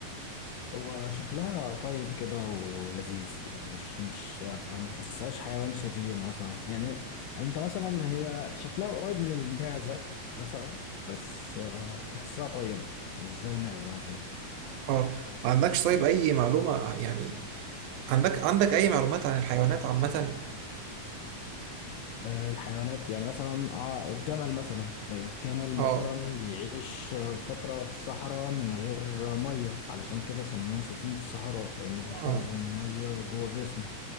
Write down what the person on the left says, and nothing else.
هو شكلها طيب كده ولذيذ يعني مش مش آه، ما تحسهاش حيوان شرير مثلا يعني انت مثلا هي شكلها قريب من المعزة مثلا بس آه، تحسها طيبة مش زي المعزة مثلا
آه، الحيوانات يعني مثلا اه الجمل مثلا آه، الجمل
مثلا بيعيش آه، فترة في الصحراء من غير مية علشان كده سموه سفينة الصحراء لأنه بيخزن
مية جوه جسمه